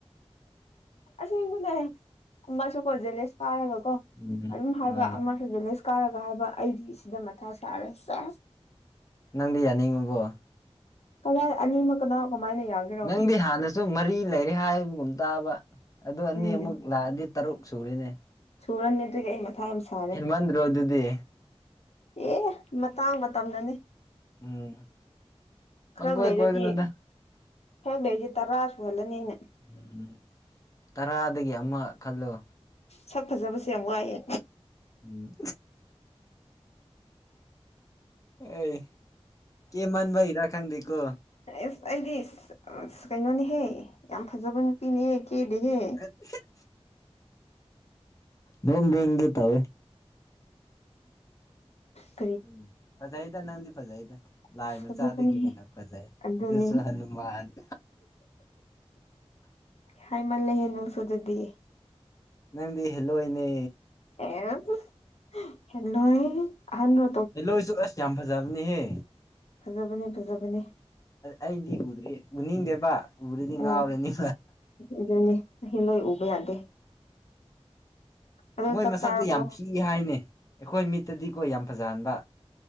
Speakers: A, on the left; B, on the left.
A: ꯑꯁꯦꯡꯕꯨꯅꯦꯕꯁꯨ ꯀꯣꯟꯁꯤꯂꯦꯁ ꯀꯥꯔꯒ ꯀꯣ
B: ꯎꯝ
A: ꯑꯗꯨꯝ ꯍꯥꯏꯕ
B: ꯑꯥ
A: ꯑꯃ ꯚꯦꯂꯦꯖ ꯀꯥꯔꯒ ꯍꯥꯏꯕ ꯑꯩꯗꯤ ꯁꯤꯗ ꯃꯊꯥ ꯁꯥꯔ ꯆ
B: ꯅꯪꯗꯤ ꯌꯥꯅꯤꯡꯉꯕꯣ
A: ꯀꯗꯥꯏ ꯑꯅꯤꯃꯛ ꯀꯅꯥ ꯀꯃꯥꯏꯅ ꯌꯥꯒꯦ
B: ꯅꯪꯗꯤ ꯍꯥꯟꯅꯁꯨ ꯃꯔꯤ ꯂꯩꯔꯦ ꯍꯥꯏꯕꯒꯨꯝ ꯇꯥꯕ ꯑꯗꯨ ꯑꯅꯤ
A: ꯎꯝ
B: ꯑꯃꯨꯛ ꯂꯥꯛꯑꯗꯤ ꯇꯔꯨꯛ ꯁꯨꯔꯤꯅꯦ
A: ꯁꯨꯔꯅꯤ ꯑꯗꯨꯒꯤ ꯑꯩ ꯃꯊꯥ ꯌꯥꯝ ꯁꯥꯔꯦ
B: ꯍꯦꯟꯃꯟꯗ꯭ꯔꯣ ꯑꯗꯨꯗꯤ
A: ꯑꯦ ꯃꯇꯥꯡ ꯃꯇꯝꯗꯅꯦ
B: ꯎꯝ
A: ꯈꯔ
B: ꯄꯪꯀꯣꯏ
A: ꯂꯩꯔꯗꯤ
B: ꯀꯣꯏꯒꯅꯨꯗ
A: ꯈꯔ ꯂꯩꯔꯗꯤ ꯇꯔꯥ ꯁꯨꯍꯜꯂꯅꯤ ꯑꯩꯅ
B: ꯎꯝꯝ ꯇꯔꯥꯗꯒꯤ ꯑꯃ ꯈꯜꯂꯣ
A: ꯁꯛ ꯐꯖꯕꯁꯦ ꯌꯥꯝ ꯋꯥꯏꯑꯦ
B: ꯎꯝ ꯑꯦ ꯀ ꯃꯟꯚ ꯍꯔ ꯈꯥꯪꯗꯤꯦꯀꯣ
A: ꯑꯦꯁ ꯑꯩꯗꯤ ꯀꯩꯅꯣꯅꯦꯍꯦ ꯌꯥꯝ ꯐꯖꯕ ꯅꯨꯄꯤꯅꯦꯍꯦ ꯀꯦꯜꯂꯤꯦꯍꯦ
B: <inaudible> ꯅꯣꯡ ꯍꯦ ꯇꯕꯦ
A: ꯎ
B: ꯎꯝ ꯐꯖ ꯍꯥꯏꯗ ꯅꯪꯗꯤ ꯐꯖ ꯍꯥꯏꯗ ꯂꯥꯏ
A: ꯑꯁ
B: ꯃꯆꯥꯗꯒꯤ
A: ꯐꯖꯕꯅꯦꯍꯦ
B: ꯍꯦꯟꯅ ꯐꯖꯩ
A: ꯑꯗꯨꯅꯦ
B: ꯑꯗꯨꯁꯨ ꯍꯅꯨꯃꯥꯟ
A: ꯍꯥꯏꯃꯜꯂꯦꯍꯦ ꯅꯨꯡꯁꯨ ꯑꯗꯨꯗꯤ
B: ꯅꯪꯗꯤ ꯍꯦꯜꯂꯣꯏꯅꯦ
A: ꯑꯦ ꯍꯂꯣꯏ ꯑꯍꯅ
B: ꯍꯂꯣꯏꯁꯨ ꯑꯁ ꯌꯥꯝ ꯐꯖꯕꯅꯦꯍꯦ
A: ꯐꯖꯕꯅꯤ ꯐꯖꯕꯅꯤ
B: ꯑꯩꯗꯤ ꯎꯗ꯭ꯦ ꯎꯅꯤꯡꯗꯦꯕ ꯎꯔꯗꯤ ꯉꯥꯎꯔꯅꯤ
A: ꯎꯝ ꯑꯗꯨꯅꯦ ꯑꯩ ꯂꯣꯏ ꯎꯕ ꯌꯥꯗꯦ ꯑꯗꯣ
B: ꯃꯣꯏ
A: ꯆꯥꯛ
B: ꯃꯁꯛꯇ
A: ꯆꯥꯔꯕꯣ
B: ꯌꯥꯝ ꯐꯤ ꯍꯥꯏꯅꯦ ꯑꯩꯈꯣꯏ ꯃꯤꯠꯇꯗꯤꯀꯣ ꯌꯥꯝ ꯐꯖꯍꯟꯕ